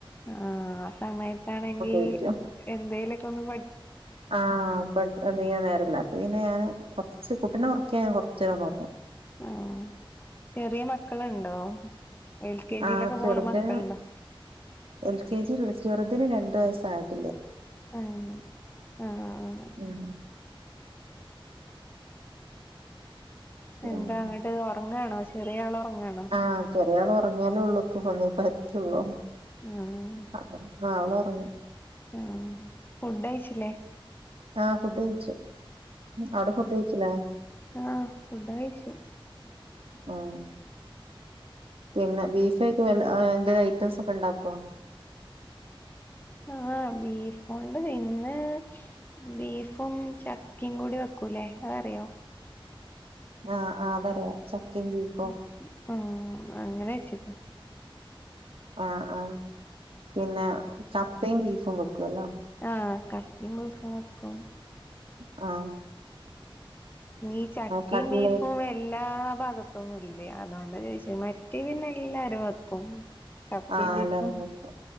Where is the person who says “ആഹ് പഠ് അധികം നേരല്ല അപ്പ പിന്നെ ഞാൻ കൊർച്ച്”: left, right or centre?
Right